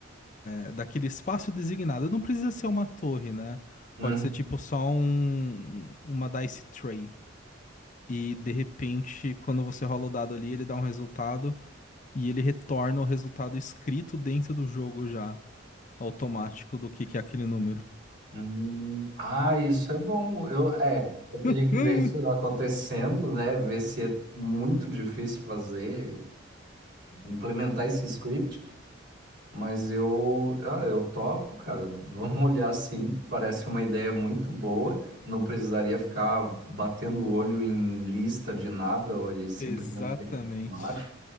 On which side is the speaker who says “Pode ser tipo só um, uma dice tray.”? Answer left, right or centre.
Left